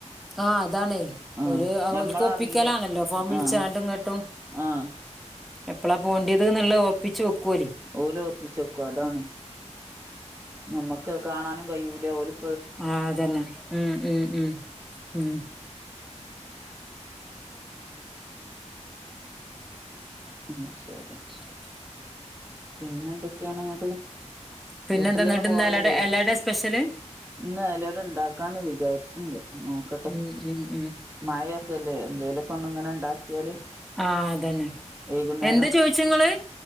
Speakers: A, in the centre; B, on the right.
A: ആഹ് അതാണേ
B: ആഹ്
A: ഒരു
B: ഞമ്മളറിയില്ല
A: ഓക്ക് ഒപ്പിക്കലാണല്ലോ ഫോൺ വിളിച്ചാണ്ടും
B: ആഹ്
A: ഇങ്ങോട്ടും.
B: ആഹ് -
A: എപ്പളാ പോണ്ടിയത് എന്നുള്ള ഓറപ്പിച്ച് വെക്കും ഓര്.
B: ഓലും ഒപ്പിച്ചെക്കും അതാണ് നമ്മക്ക് കാണാനും കഴൂല ഓലും.
A: ആഹ് അതന്നെ ഉം ഉം ഉം ഉം.
B: ഉം ശരി.
A: <inaudible>
B: പിന്നെ എന്തൊക്കെയാണിങ്ങ്ട്ട്
A: പിന്നെന്താ
B: വീട്ടിലൊന്ന
A: എന്നിട്ട്
B: പോവല്ലേ?
A: ഇന്ന് എലട എലട സ്പെഷ്യല്
B: ഇന്ന് എലഅട ഇണ്ടാക്കാന്ന് വിചാരിച്ചുണ്ട് നോക്കട്ടെ.
A: ഉം ഉം ഉം.
B: മഴൊക്കെല്ലേ എന്തേലും- ഇങ്ങനെ ഉണ്ടാക്കിയാല്
A: ആഹ് അതന്നെ
B: വൈകുന്നേരം.
A: എന്താ ചോയിച്ചങ്ങള്